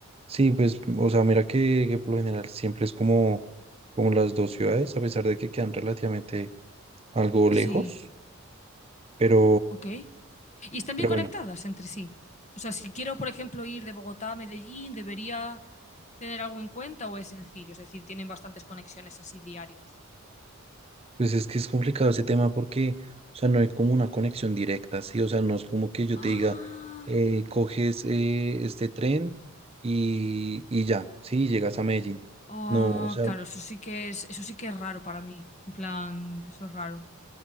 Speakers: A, on the right; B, on the left.
A: sí, pues, o sea, mira que, que por lo general siempre es como, como las dos ciudades, a pesar de que quedan relativamente algo lejos,
B: Sí,
A: pero,
B: ok. ¿Y están
A: pero
B: bien
A: bueno,
B: conectadas entre sí? O sea, si quiero, por ejemplo, ir de Bogotá a Medellín, ¿debería tener algo en cuenta o es sencillo? Es decir, tienen bastantes conexiones así diarias.
A: pues es que es complicado ese tema porque, o sea, no hay como una conexión directa, ¿sí? O sea, no es como que yo
B: Ah,
A: te diga, eh, coges eh, este tren y, y ya, ¿sí? Llegas a Medellín.
B: ah,
A: No, o sea,
B: claro, eso sí que es, eso sí que es raro para mí. En plan, eso es raro.